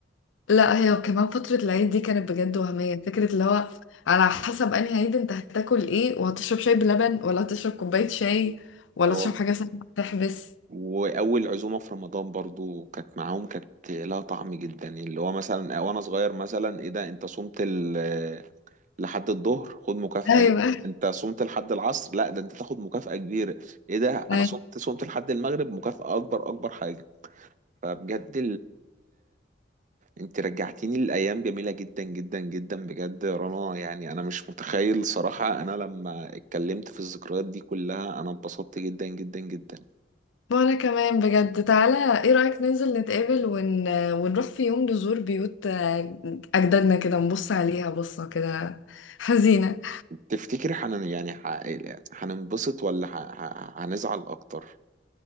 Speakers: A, on the left; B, on the right.
A: لا هي كمان فترة العيد دي كانت بجد وهمية فكرة اللي هو على حسب انهي عيد انت هتاكل ايه وهتشرب شاي بلبن ولا هتشرب كوباية شاي ولا
B: اه
A: تشرب حاجة سخنة تحبس
B: واول عزومة في رمضان برضو كانت معاهم كانت لها طعم جدا اللي هو مثلا وانا صغير مثلا ايه ده انت صمت ال- آه، لحد الظهر خد مكافأة
A: ايوه
B: اهي انت صمت لحد العصر لا ده انت تاخد مكافأة كبيرة ايه ده
A: ايوه
B: انا صمت صمت لحد المغرب مكافأة اكبر اكبر حاجة فبجد انت رجعتيني لأيام جميلة جدا جدا جدا بجد يا رنا يعني انا مش متخيل صراحة انا لما اتكلمت في الذكريات دي كلها انا اتبسطت جدا جدا جدا
A: وانا كمان بجد تعالى ايه رأيك ننزل نتقابل ون... ونروح في يوم نزور بيوت آه، اجدادنا كده نبص عليها بصة كده حزينة
B: تفتكر حن يعني ح- هننبسط ولا ح- ح- هنزعل اكتر